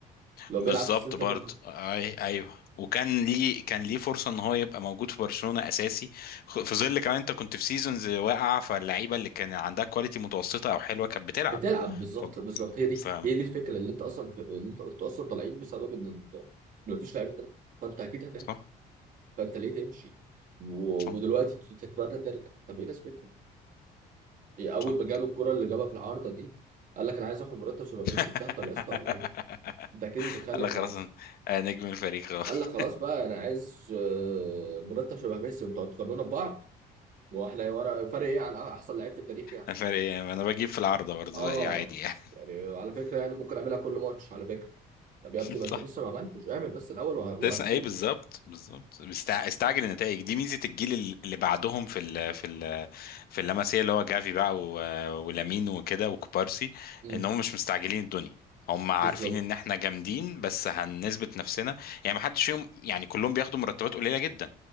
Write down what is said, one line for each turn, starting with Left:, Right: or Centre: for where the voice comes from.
Right: لو
Left: بالظبط
Right: بيلعب في سيلتا
Left: برضه
Right: فيجو
Left: اي ايوه وكان ليه كان ليه فرصه ان هو يبقى موجود في برشلونه اساسي خ- في ظل كمان انت كنت في سيزونز واقعه فاللعيبه اللي كان عندها كواليتي متوسطه او حلوه كانت بتلعب
Right: بتلعب بالظبط
Left: ف
Right: بالظبط هي دي
Left: ف
Right: هي دي الفكره اللي انت اصلا في... اللي انت قلت اصلا طالعين بسبب ان ان مفيش لعيبه تلعب فانت اكيد هتلعب
Left: صح
Right: فانت ليه تمشي و...
Left: صح
Right: ودلوقتي تت- تتمنى ترجع طب ايه لازمتها؟ إيه اول
Left: صح
Right: ما جاب الكره اللي جابها في العارضه دي قال لك انا عايز اخد مرتب شبه ميسي
Left: <laughs>
Right: بتهطل يا اسطى ولا ايه؟ انت اكيد متخلف
Left: قال لك خلاص
Right: يعني
Left: أنا نجم الفريق <laughs> خلاص
Right: قال لك خلاص بقى انا عايز آه، مرتب شبه ميسي وانتوا هتقارنونا ببعض واحنا ورا فرق ايه عن احسن لعيب في التاريخ يعني
Left: الفريق انا بجيب في العارضه برضه زي
Right: اه
Left: عادي يعني.
Right: يعني على فكره يعني ممكن اعملها كل ماتش على فكره طب يا
Left: صح
Right: ابني ما انت لسه ما عملتش اعمل بس الاول وه-
Left: كنت
Right: وهتشوف
Left: لسه ايه بالظبط بالظبط مستع... استعجل النتائج دي ميزه الجيل ال- اللي بعدهم في ال... في ال... في اللمسيه اللي هو جافي بقى و... ولامين وكده وكوبارسي
Right: مم.
Left: ان هم مش مستعجلين الدنيا هم عارفين
Right: بالظبط
Left: ان احنا جامدين بس هنثبت نفسنا يعني ما حدش فيهم يعني كلهم بياخدوا مرتبات قليله جدا